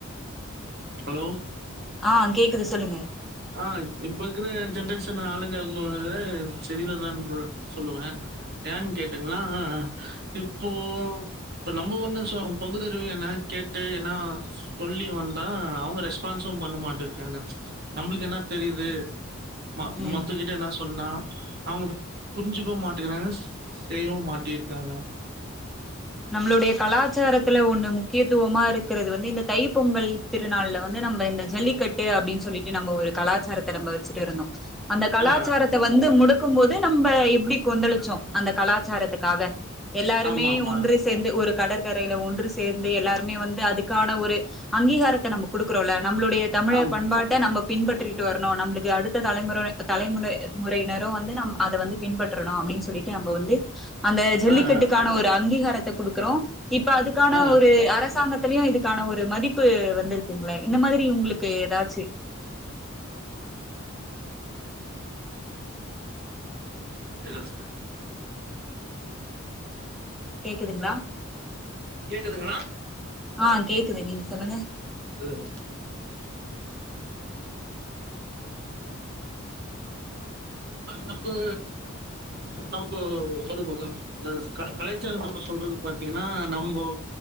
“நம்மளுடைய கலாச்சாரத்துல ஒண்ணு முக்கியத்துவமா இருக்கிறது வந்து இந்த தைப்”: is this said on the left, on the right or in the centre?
Centre